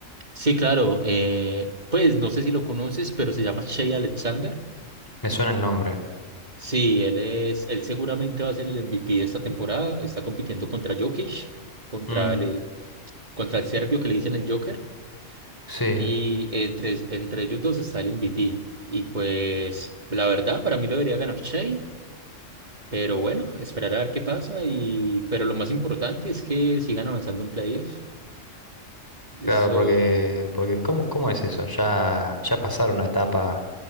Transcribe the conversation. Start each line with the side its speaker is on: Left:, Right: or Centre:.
Right: Sí, claro, eh, pues no sé si lo conoces, pero se llama Shea Alexander.
Left: Me suena el nombre.
Right: Sí, él es, él seguramente va a ser el MVP de esta temporada. Está compitiendo contra Jokic, contra
Left: Mm,
Right: el, contra el serbio que le dicen el Joker.
Left: sí,
Right: Y entre, entre ellos dos está el MVP. Y pues, la verdad, para mí lo debería ganar Shea, pero bueno, esperar a ver qué pasa. Y, pero lo más importante es que sigan avanzando en playoffs. Eso
Left: claro, porque, porque ¿cómo, cómo es eso? Ya, ya pasaron una etapa